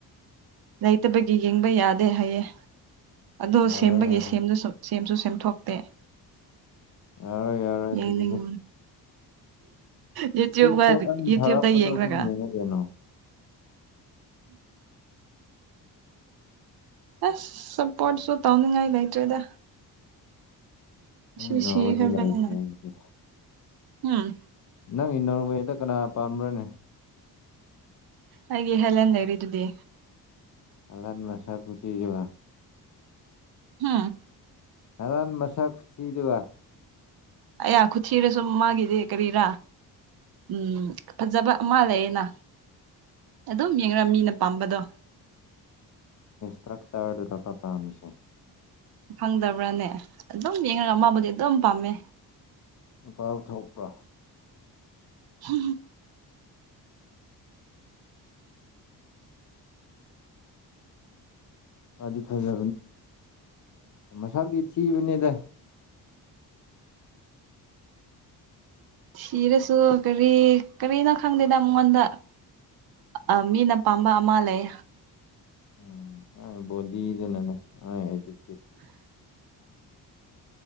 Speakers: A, on the right; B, on the left.
A: ꯂꯩꯇꯕꯒꯤ ꯌꯦꯡꯕ ꯌꯥꯗꯦ ꯍꯥꯏꯌꯦ ꯑꯗꯣ
B: ꯌꯥꯔꯣꯏ
A: ꯁꯦꯝꯕꯒꯤ
B: ꯌꯥꯔꯣꯏ
A: ꯁꯦꯝꯗꯨ ꯁꯨꯝ ꯁꯦꯝꯁꯨ ꯁꯦꯝꯊꯣꯛꯇꯦ
B: ꯌꯥꯔꯣꯏ ꯌꯥꯔꯣꯏ ꯑꯗꯨꯗꯨꯗꯤ
A: ꯌꯦꯡꯅꯤꯡ ꯌꯨꯇ꯭ꯌꯨꯕ
B: ꯄꯤꯛ ꯏꯁꯄꯣꯠ ꯑ
A: ꯌꯨꯇ꯭ꯌꯨꯕꯇ
B: ꯊꯥꯔꯛꯄꯗꯣ
A: ꯌꯦꯡꯔꯒ
B: ꯑꯗꯨꯝꯅꯦ ꯀꯅꯣ
A: ꯑꯁ ꯁꯞꯄꯣꯔꯠꯁꯨ ꯇꯧꯅꯤꯡꯉꯥꯏ ꯂꯩꯇ꯭ꯔꯦꯗ
B: ꯅꯪ
A: ꯁꯤ
B: ꯅꯣꯔꯋꯦꯗ
A: ꯈꯔꯕꯅꯅ
B: ꯂꯩꯔꯤꯁꯦ ꯍꯧꯖꯤꯛꯇꯤ꯫
A: ꯎꯝ
B: ꯅꯪꯒꯤ ꯅꯣꯔꯋꯦꯗ ꯀꯅꯥ ꯄꯥꯝꯕ꯭ꯔꯅꯦ
A: ꯑꯩꯒꯤ ꯍꯦꯂꯦꯟ ꯂꯩꯔꯤꯗꯨꯗꯤ
B: ꯍꯂꯥꯟ ꯁꯥ ꯄꯨꯁꯤꯤꯖꯋꯥ
A: ꯎꯝ
B: ꯍꯔꯥꯟ ꯃꯁꯥ ꯊꯗ ꯋꯥ
A: ꯑꯌꯥ ꯈꯨꯊꯤꯔꯦ ꯁꯨꯝ ꯃꯥꯒꯤꯗꯤꯦ ꯀꯔꯤꯔꯥ ꯎꯝ ꯐꯖꯕ ꯑꯃ ꯂꯩꯌꯦꯅ ꯑꯗꯨꯝ ꯌꯦꯡ ꯃꯤꯅ ꯄꯥꯝꯕꯗꯣ
B: ꯇ꯭ꯔꯛ ꯆꯔꯄꯥ ꯀꯥꯝꯁꯦ
A: ꯈꯪꯗꯕ꯭ꯔꯅꯦ ꯑꯗꯨꯝ ꯌꯦꯡꯉꯒ ꯃꯥꯕꯨꯗꯤ ꯑꯗꯨꯝ ꯄꯥꯝꯃꯦ
B: ꯅꯨꯄꯥ ꯄꯨ ꯊꯣꯛꯄ꯭ꯔꯥ
A: ꯍꯝ
B: ꯑꯗꯤ ꯐꯂꯥ ꯁꯁꯥ ꯀꯕꯅꯦꯗ
A: ꯊꯤꯔꯁꯨ ꯀꯔꯤ ꯀꯔꯤꯅꯣ ꯈꯪꯗꯦꯗ ꯃꯉꯣꯟꯗ ꯑ ꯃꯤꯅ ꯄꯥꯝꯕ ꯑꯃ ꯂꯩ
B: ꯎꯝ ꯑ ꯣꯗꯤꯗꯦ ꯅꯅ ꯑ ꯍꯥꯏ